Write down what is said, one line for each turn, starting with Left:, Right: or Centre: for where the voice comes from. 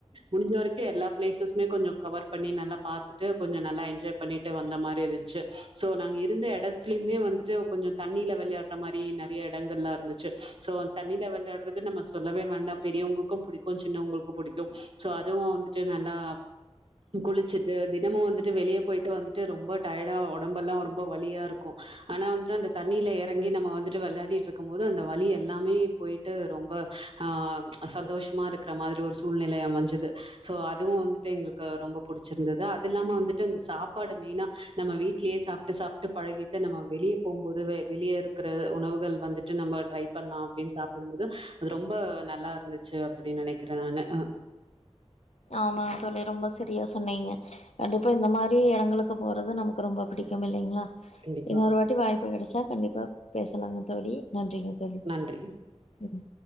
Right: முடிஞ்ச வரைக் கு எல்லா பிளேசஸுமே கொஞ்சோம் கவர் பண்ணி நல்லா பாத்துட்டு கொஞ்சோ நல்லா என்ஜாய் பண்ணிட்டு வந்த மாரி இருந்ச்சு சோ நாங்க இருந்த இடத்துலயுமே வந்துட்டு கொஞ்சோம் தண்ணியில விளையாட்ற மாரி நறிய எடங்கள்லா இருந்துச்சு சோ அந்தண்ணில வளையாடுறது நம்ப சொல்லவே வேண்டா பெரியவுங்களுக்கு புடிக்கும் சின்னவுங்களுக்கு புடிக்கும் சோ அதுவும் வந்துட்டு நல்லா குளிச்சிட்டு தினமு வந்துட்டு வெளிய போயிட்டு வந்துட்டு ரொம்ப டயடா ஒடம்பெல்லாம் ரொம்ப வலியா இருக்கு ஆனா வந்துட்டு அந்த தண்ணியில எறங்கி நம்ப வந்துட்டு விளையாடிட்ருக்கும் போது அந்த வலி எல்லாமே போயி ட்டு ரொம்ப அ சந்தோஷமா இருக்கிற மாரி ஒரு சூழ்நிலை அமைஞ்சது சோ அதுவும் வந்துட்டு எங்களுக்கு ரொம்ப புடிச்சிருந்தது அது இல்லாம வந்துட்டு அந்த சாப்பாடு மெயினா நம்ப வீட்லயே சாப் சாப்ட்டு சாப்ட்டு பழகிட்டு நம்ம வெளிய போமோது வெளிய இருக்குற உணவுகள் வந்துட்டு நம்ம ட்ரை பண்ணா அப்டின்னு சாப்பிடும்மோது அது ரொம்ப நல்லா இருந்துச்சு அப்டின் நனைக்கிறேன் நானு
Left: ஆமாங்க தோழி ரொம்ப சரியா சொன்னீங்க கண்டிப்பா இந்த மாரி எடங்களுக்கு போறது நமக்கு ரொம்ப புடிக்கும் இல்லைங்களா
Right: கண்டிப்பா.
Left: இன்னொரு வாட்டி வாய்ப்பு கெடச்சா கண்டிப்பா பேசலாங்க தோழி நன்றிங்க தோழி
Right: நன்றி.
Left: ம்